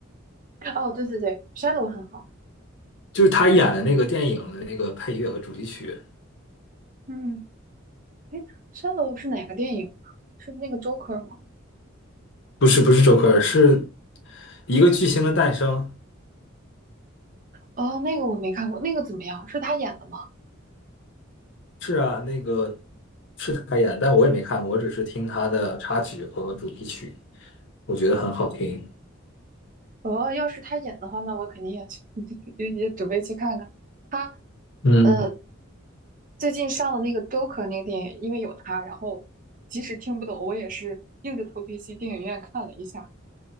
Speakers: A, on the right; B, on the left.
A: 哦，对对对，《Shadow》很好。
B: 就是他演的那个电影的那个配乐和主题曲。
A: 嗯，哎 Shadow》是哪个电影啊？是那个 Joker 吗？
B: 不是不是 Joker，是一个巨星的诞生。
A: 哦，那个我没看过，那个怎么样？是他演的吗？
B: 是啊，那个是他演，但我也没看过，我只是听他的插曲和主题曲，我觉得很好听。
A: 哦，要是他演的话，那我肯定也去，<laughs> 也也准备去看看。他
B: 嗯，
A: 呃，最近上的那个《Joker》那个电影，因为有他，然后即使听不懂，我也是硬着头皮去电影院看了一下。